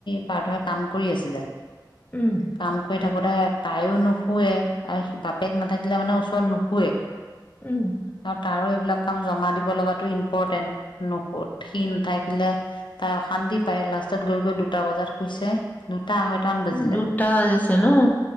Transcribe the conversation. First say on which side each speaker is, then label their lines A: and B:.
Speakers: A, on the left; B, on the left.
A: পাৰ্থই কাম কৰি আছিলে
B: উম
A: কাম কৰি থাকোতে তাইও নুশুৱে আৰু হি বাপেক নাথাকিলে মানে ওচৰত নুশুৱে
B: উম
A: আৰু তাৰ এইবিলাক কাম জমা দিব লগাো ইম্পৰ্টেন্ট নো সি নাথাকিলে তাই অশান্তি পায় লাষ্টত গৈ গৈ দুটা বজাত শুইছে দুটা আঢ়ৈটামান বাজিলে
B: দুটা বাজিছে নো